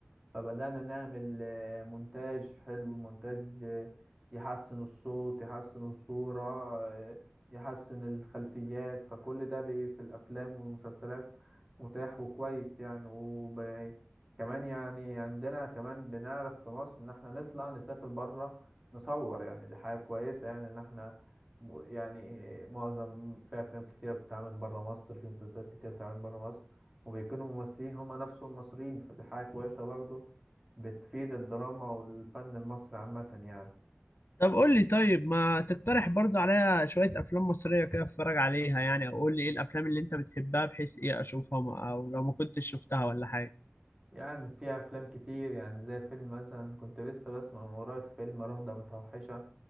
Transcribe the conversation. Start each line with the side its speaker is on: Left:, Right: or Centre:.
Right: فبدأنا نعمل آه، مونتاج حلو مونتاج آه، يحسن الصوت يحسن الصورة آه، يحسن الخلفيات فكل ده بي- في الأفلام والمسلسلات متاح وكويس يعني وب... كمان يعني عندنا كمان بنعرف في مصر إن احنا نطلع نسافر برا نصور يعني دي حاجة كويسة يعني إن احنا م- يعني معظم في أفلام كتيرة بتتعمل برا مصر في مسلسلات كتيرة بتتعمل برا مصر وبيكونوا ممثلين هما نفسهم مصريين فدي حاجة كويسة برضه بتفيد الدراما والفن المصري عامة يعني
Left: طب قول لي طيب ما تقترح برضو عليا شوية أفلام مصرية كده أتفرج عليها يعني أو قول لي إيه الأفلام اللي أنت بتحبها بحيث إيه أشوفها ما- أو لو ما كنتش شفتها ولا حاجة
Right: يعني في أفلام كتير يعني زي فيلم مثلا كنت لسه بسمع من قريب فيلم رهضة متوحشة